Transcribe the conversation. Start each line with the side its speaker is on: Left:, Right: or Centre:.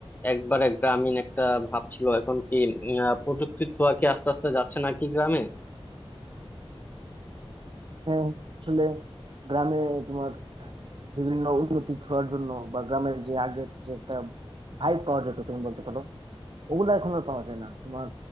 Left: একবারে গ্রামীণ একটা ভাব ছিল এখন কি উম, আহ, প্রযুক্তির ছোঁয়া কি আস্তে আস্তে যাচ্ছে নাকি গ্রামে
Right: হ্যাঁ আসলে গ্রামে তোমার বিভিন্ন উন্নতি ছোঁয়ার জন্য বা গ্রামের যে আগের যে একটা ভাইব পাওয়া যেত তুমি বলতে পারো ওগুলো এখন আর পাওয়া যায় না তোমার